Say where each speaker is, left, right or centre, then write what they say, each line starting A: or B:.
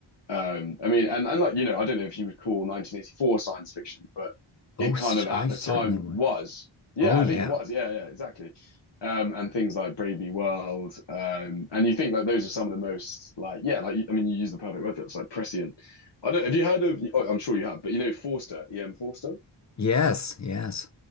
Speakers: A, on the left; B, on the left.
A: Um, I mean, and, and like, you know, I don't know if you would call 1984 science fiction, but
B: Oh,
A: it kind
B: s-
A: of at
B: I
A: the
B: certainly
A: time
B: would.
A: was. Yeah,
B: Oh
A: I
B: yeah.
A: think it was. Yeah, yeah, exactly. Um, and things like Brave New World. Um, and you think like those are some of the most like, yeah, like, I mean, you use the perfect word for it. It's like prescient. I don't, have you heard of, oh, I'm sure you have, but you know, Forster, E.M. Forster.
B: Yes, yes.